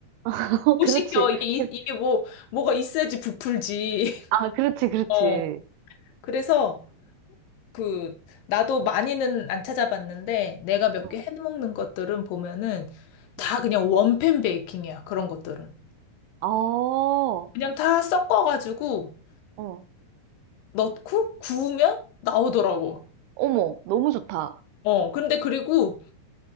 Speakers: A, on the right (about 85°); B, on the left (about 75°).
A: <laughs> 어,
B: 못
A: 그렇지.
B: 시켜. 이게 이,
A: 그-
B: 이게 뭐 뭐가 있어야지 부풀지.
A: 아, 그렇지,
B: <laughs>
A: 그렇지.
B: 어. 그래서 그 나도 많이는 안 찾아봤는데 내가 몇
A: 어,
B: 개 해먹는 것들은 보면은 다
A: 응.
B: 그냥 원팬 베이킹이야. 그런 것들은.
A: 어.
B: 그냥 다 섞어가지고
A: 어.
B: 넣고 구우면 나오더라고.
A: 어머, 너무 좋다.
B: 어, 근데 그리고